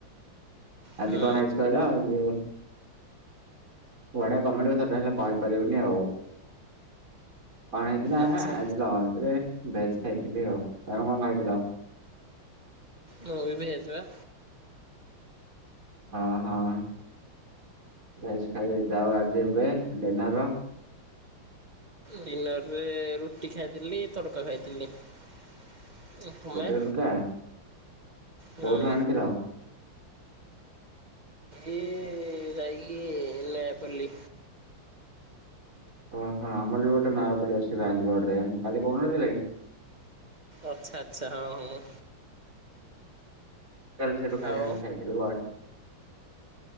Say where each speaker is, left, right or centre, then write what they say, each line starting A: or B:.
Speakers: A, on the right (about 40°); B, on the right (about 25°).
A: ଆଜି
B: ହୁଁ
A: କଣ ହେଇଛି କହିଲ ଏ ଯୋଉ। ବଢିଆ କମେଡି କଥା ଟା ହେଲେ କହି ପାରିବିନି ଆଉ। କଁ ହେଇଛି ନା
B: ଆଚ୍ଛା
A: ଆଜି ଲଞ୍ଚ୍ ରେ ଭେଜ ଖାଇଥିଲି ଆଉ ତମେ କଁ ଖାଇଥିଲ।
B: ଦହି ପେଁଇ କିଛି ବା।
A: ହଁ ହଁ ଭେଜ ଖାଇ ଯାଇଛ ଆଉ ଆଜି ଏବେ ଡିନର।
B: ଡିନର ରେ ରୁଟି ଖାଇଥିଲି ତଡକା ଖାଇଥିଲି। ଏ ପୁଳାଏ
A: ରୁଟି ତଡ଼କା
B: ହୁଁ।
A: କୋଉଠୁ ଆଣିଥିଲ
B: ଏ ଯାଇକି ନେୟାପଲୀ।
A: ଓ ହଁ ଆମର ବି ଗୋଟେ ନାୟାପଲ୍ଲି ଅଛି ବାଙ୍ଗାଲୋର ରେ ମୁଁ କାଲି କହୁ ନଥିଲି।
B: ଅଚ୍ଛା ଆଚ୍ଛା ହଁ ହଁ।
A: କାଲି ସେଠୁ ଖାଇବା
B: ଆଉ
A: ଆଣି ଖାଇଥିଲୁ ବା।